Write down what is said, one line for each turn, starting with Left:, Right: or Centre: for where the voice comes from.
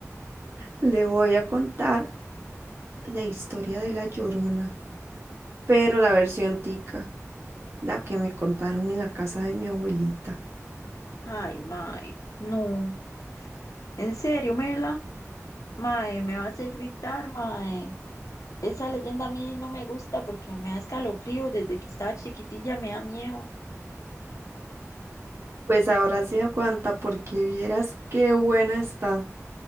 Right: Le voy a contar la historia de la Llorona, pero la versión tica, la que me contaron en la casa de mi abuelita.
Left: Ay, mae. No. En serio, Mela. Mae, me va a hacer gritar, mae. Esa leyenda a mí no me gusta porque me da escalofrío. Desde que estaba chiquitilla me da miedo.
Right: Pues ahora se aguanta porque vieras qué buena está.